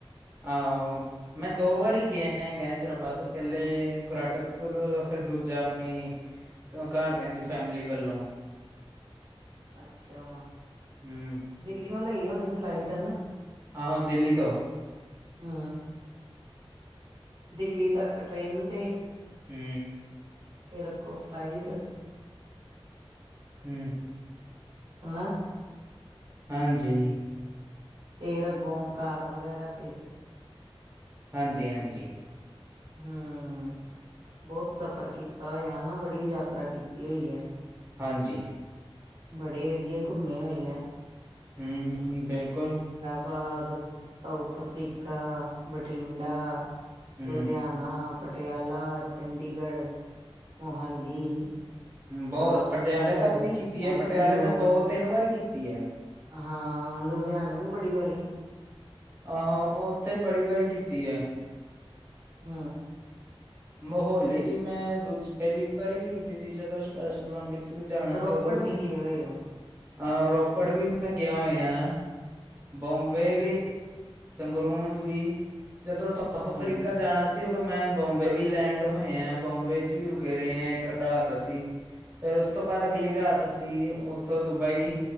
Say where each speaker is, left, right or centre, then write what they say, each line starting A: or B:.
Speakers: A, on the right (about 25°); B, on the right (about 80°).
A: ਆਹੋ ਮੈਂ ਦੋ ਵਾਰੀ ਗਿਆ ਹੈਂਗਾ ਹੈਦਰਾਬਾਦ, ਪਹਿਲੇ
B: ਹਾਂ
A: ਕਰਾਟੇ ਸਿੱਖ ਸਕੂਲ ਵੱਲੋਂ ਫੇਰ ਦੂਜਾ ਆਪਣੀ ਕਾਰਦਿਆਂ ਦੀ ਫੈਮਲੀ ਵੱਲੋਂ।
B: ਅੱਛਾ।
A: ਹੂੰ,
B: ਦਿੱਲੀਓ ਲਈ ਹੋਣੀ ਫਲਾਈਟ ਹਨਾ।
A: ਆਹੋ ਦਿੱਲੀ ਤੋਂ
B: ਹੁ, ਦਿੱਲੀ ਤੱਕ ਟਰੇਨ ਤੇ
A: ਹੂੰ।
B: ਫਿਰ ਅੱਗੋਂ ਫਲਾਈਟ
A: ਹੂੰ।
B: ਹੈਨਾ।
A: ਹਾਂਜੀ।
B: ਫੇਰ ਅੱਗੋਂ ਕਾਰ ਵਗੈਰਾ ਤੇ।
A: ਹਾਂਜੀ, ਹਾਂਜੀ।
B: ਹੂੰ। ਬੋਤ ਸਫ਼ਰ ਕੀਤਾ ਹੋਇਆ ਹੈਨਾ, ਬੜੀ ਯਾਤਰਾ ਕੀਤੀ ਹੋਈ ਏ।
A: ਹਾਂਜੀ।
B: ਬੜੇ ਏਰੀਏ ਕੁੱਮੇ ਓਏ ਐ।
A: ਹੂੰ, ਬਿਲਕੁਲ।
B: ਬਾਅਦ ਸਾਊਥ ਅਫਰੀਕਾ, ਬਠਿੰਡਾ,
A: ਹਮ
B: ਲੁਧਿਆਣਾ ਪਟਿਆਲਾ, ਚੰਡੀਗੜ੍ਹ, ਮੋਹਾਲੀ
A: ਬੋਤ,
B: ਭਗਤ ਸਿੰਘ
A: ਪਟਿਆਲੇ
B: ਨਗਰ,
A: ਤੱਕ ਵੀ ਕੀਤੀ ਐ,
B: ਐਲ
A: ਪਟਿਆਲੇ
B: ਪੀ ਯੂ
A: ਮੈਂ ਦੋ ਤਿੰਨ ਵਾਰੀ ਕੀਤੀ ਐ।
B: ਹਾਂ, ਲੁਧਿਆਣੇ ਵੀ ਬੜੀ ਵਾਰੀ
A: ਆਹੋ ਉੱਥੇ ਬੜੀ ਵਾਰੀ ਕੀਤੀ ਐ।
B: ਹੁ।
A: ਮਹੋਲੀ ਵੀ ਮੈਂ ਦੂਜੀ ਪਹਿਲੀ ਵਾਰੀ ਵੀ ਕੀਤੀ ਸੀ ਜਦੋਂ ਸਪੈਸ਼ਲ ਓਲੰਪਿਕ ਜਾਣਾ
B: ਰੋਪੜ
A: ਸੀ ਉਦੋਂ ਵੀ ਮੈਂ
B: ਗਏ ਹੋਏ ਹੋ
A: ਅ ਰੋਪ ਪੜ ਵੀ ਮੈਂ ਗਯਾ ਓਯਾ, ਬੋਂਬੇ ਵੀ, ਸੰਗਰੂਂਦ ਵੀ। ਜਦੋਂ ਸਾਊਥ
B: ਹਮ
A: ਅਫਰੀਕਾ ਜਾਣਾ ਸੀ ਉਦੋਂ ਮੈਂ ਬੋਬ ਬਬੇ ਵੀ ਲੈਂਡ ਹੋਏ ਆਂ, ਬੋਂਬੇ ਚ ਵੀ ਰੁਕੇ ਰਹੇ ਆਂ ਇੱਕ ਰਾਤ ਅਸੀਂ। ਫੇਰ ਉਸ ਤੋਂ ਬਾਅਦ ਅਗਲੀ ਰਾਤ ਅਸੀਂ ਉੱਥੋਂ ਦੁਬਈ